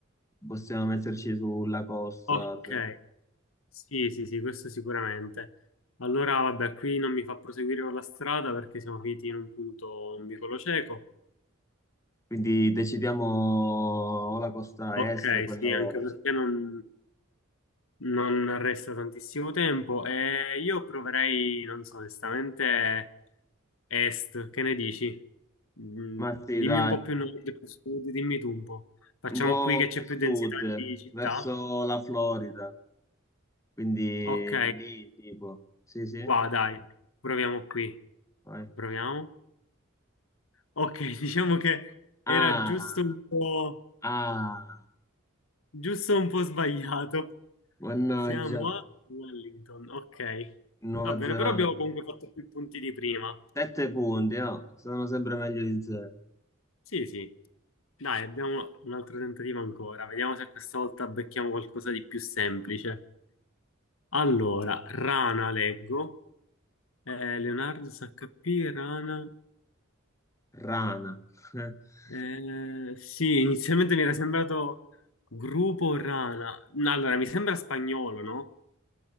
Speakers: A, on the left (about 15°); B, on the left (about 75°).
A: possiamo metterci sulla costa.
B: Ok,
A: cioè.
B: sì, sì, sì, questo sicuramente. Allora, vabbè, qui non mi fa proseguire con la strada perché siamo finiti in un punto un vicolo cieco.
A: Quindi decidiamo o la costa
B: Ok,
A: est o quella
B: sì, anche
A: ovest.
B: perché non... Non resta tantissimo tempo e io proverei, non so, onestamente, est, che ne dici? Mm,
A: Ma sì,
B: dimmi
A: dai,
B: un po' più nord, più sud, dimmi tu un po'. Facciamo
A: un po'
B: qui che
A: più
B: c'è
A: sud,
B: più densità di città?
A: verso la Florida, quindi
B: Ok,
A: lì tipo, sì, sì,
B: qua dai, proviamo qui.
A: vai.
B: Proviamo. Ok, <laughs> diciamo che era
A: Ah,
B: giusto un po',
A: ah,
B: giusto un po' sbagliato.
A: mannaggia,
B: Siamo a Wellington, ok.
A: Nuova
B: Va bene,
A: Zelanda.
B: però abbiamo comunque fatto più punti di prima.
A: Sette punti, no? Sono sempre meglio di zero.
B: Sì, sì. Dai, abbiamo un altro tentativo ancora. Vediamo se questa volta becchiamo qualcosa di più semplice. Allora, Rana leggo. Eh, Leonardo SHP, Rana.
A: Rana, <laughs>
B: Eh, sì, inizialmente mi era sembrato gruppo Rana. No, Allora, mi sembra spagnolo, no?